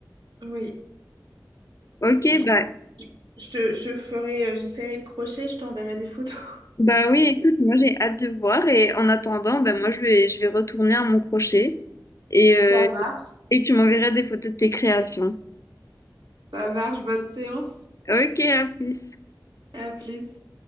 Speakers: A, on the right; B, on the left.
A: Oui,
B: Ok,
A: franchement.
B: bah.
A: Je te, je ferai, euh, j'essaierai le crochet, je t'enverrai des photos. <laughs>
B: Bah oui, écoute, moi j'ai hâte de voir et en attendant, ben moi je vais, je vais retourner à mon crochet et, euh,
A: Ça marche,
B: et tu m'enverras des photos de tes créations.
A: ça marche, bonne séance.
B: Ok, à plus.
A: À plus.